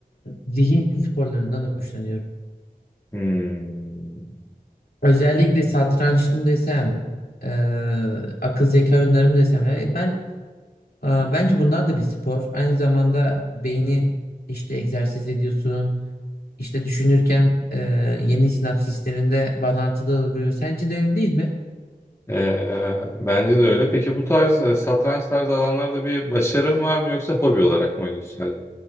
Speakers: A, on the left; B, on the left.
A: zihin sporlarından hoşlanıyorum.
B: Hmm.
A: Özellikle satranç mı desem, e, akıl zeka oyunları mı desem. ya e, ben e, bence bunlar da bir spor. Aynı zamanda beyni işte egzersiz ediyorsun. İşte düşünürken e, yeni sinapsislerinde bağlantıda oluyor. Sence de öyle değil mi?
B: Ee, bence de öyle. Peki bu tarz e, satranç tarzı alanlarda bir başarın var mı yoksa hobi olarak mı oynuyorsun